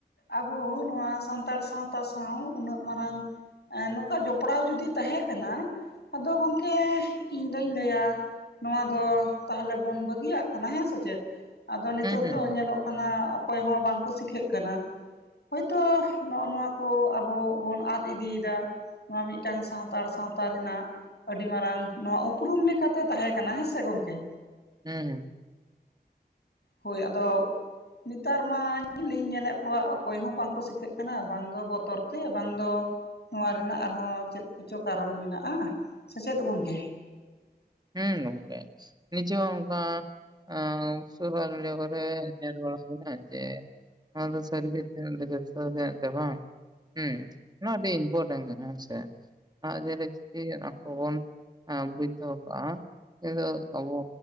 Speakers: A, on the left; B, on the right.
A: ᱟᱵᱚ ᱱᱚᱣᱟ ᱥᱟᱱᱛᱟᱲ ᱥᱟᱶᱛᱟ ᱥᱟᱶ ᱩᱱᱟᱹᱜ ᱢᱟᱨᱟᱝ ᱮᱸ ᱱᱚᱠᱟ ᱡᱚᱯᱲᱟᱣ ᱡᱚᱫᱤ ᱛᱟᱦᱮ ᱠᱟᱱᱟ ᱟᱫᱚ ᱜᱚᱝᱠᱮ ᱤᱧ ᱫᱩᱧ ᱞᱟᱹᱭᱟ ᱱᱚᱣᱟ ᱫᱚ ᱛᱟᱦᱞᱮ ᱵᱚᱱ ᱵᱟᱹᱜᱤᱭᱟᱜ ᱠᱟᱱᱟ ᱦᱮᱸ ᱥᱮ ᱪᱮᱫ ᱟᱫᱚ ᱱᱤᱛᱚᱜ
B: ᱦᱩᱸ ᱦᱩᱸ
A: ᱫᱚ ᱧᱮᱞᱚᱜ ᱠᱟᱱᱟ ᱚᱠᱚᱭ ᱦᱚᱸ ᱵᱟᱝᱠᱚ ᱥᱤᱠᱷᱟᱹᱜ ᱠᱟᱱᱟ ᱦᱳᱭᱛᱳ ᱱᱚᱜᱼᱚ ᱱᱚᱣᱟ ᱠᱚ ᱟᱵᱚ ᱵᱚᱱ ᱟᱫ ᱤᱫᱤᱭᱮᱫᱟ ᱱᱚᱣᱟ ᱢᱤᱫᱴᱟᱝ ᱥᱟᱣᱛᱟᱲ ᱥᱟᱶᱛᱟ ᱨᱮᱱᱟᱜ ᱟᱹᱰᱤ ᱢᱟᱨᱟᱝ ᱱᱚᱣᱟ ᱩᱯᱨᱩᱢ ᱞᱤᱠᱟᱛᱮ ᱛᱟᱦᱮᱸ ᱠᱟᱱᱟ ᱦᱮᱸ ᱥᱮ ᱜᱚᱝᱠᱮ
B: ᱦᱮᱸ ᱦᱮᱸ
A: ᱦᱳᱭ ᱟᱫᱚ ᱱᱮᱛᱟᱨ ᱢᱟ <inaudible> ᱞᱤᱧ ᱧᱮᱞᱮᱫ ᱠᱚᱣᱟ ᱚᱠᱚᱭ ᱦᱚᱸ ᱵᱟᱝᱠᱚ ᱥᱤᱠᱷᱟᱹᱜ ᱠᱟᱱᱟ ᱵᱟᱝ ᱫᱚ ᱵᱚᱛᱚᱨ ᱛᱮ ᱵᱟᱝ ᱫᱚ ᱱᱚᱣᱟ ᱨᱮᱱᱟᱜ ᱟᱨᱦᱚᱸ ᱪᱮᱫ ᱠᱚᱪᱚ ᱠᱟᱨᱚᱱ ᱢᱮᱱᱟᱜᱼᱟ ᱥᱮ ᱪᱮᱫ ᱜᱚᱝᱠᱮ
B: ᱦᱩᱸ ᱱᱚᱝᱠᱮ ᱱᱤᱡ ᱚᱝᱠᱟ <unintelligible> ᱠᱚᱨᱮ ᱧᱮᱞ ᱵᱟᱲᱟ ᱦᱩᱭ ᱱᱟ ᱪᱮ ᱚᱱᱟᱫᱚ ᱥᱟᱹᱨᱤᱜᱮ <unintelligible> ᱵᱮᱥ ᱛᱚ ᱨᱮ ᱛᱟᱦᱮᱜ ᱠᱟᱱᱟ ᱵᱟ ᱦᱩᱸ ᱱᱚᱣᱟ ᱟᱹᱰᱤ ᱵᱚ ᱛᱟᱦᱮ ᱠᱟᱱᱟ ᱦᱮᱸ ᱥᱮ ᱟᱫᱷᱟ ᱫᱤᱱ ᱨᱮ ᱪᱤᱠᱟᱹᱭ ᱦᱩᱭᱩᱜ-ᱟ ᱟᱠᱚ ᱵᱚᱱ ᱵᱩᱡ ᱫᱚᱦᱚᱠᱟᱜ-ᱟ ᱱᱤᱛᱚᱜ ᱟᱵᱚ